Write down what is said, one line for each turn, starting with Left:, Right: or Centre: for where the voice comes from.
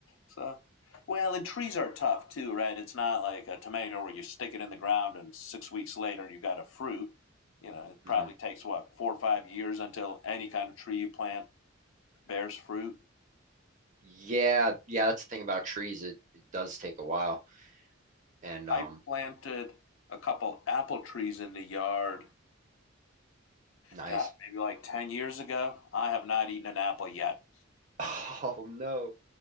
Left: So, well, and trees are tough too, right? It's not like a tomato where you stick it in the ground and six weeks later you got a fruit. You know, it probably
Right: hmm
Left: takes what four or five years until any kind of tree you plant bears fruit.
Right: Yeah, yeah, that's the thing about trees. It it does take a while. And
Left: I
Right: um
Left: planted a couple apple trees in the yard.
Right: nice.
Left: God,
Right: <laughs>
Left: maybe like ten years ago. I have not eaten an apple yet.
Right: Oh no.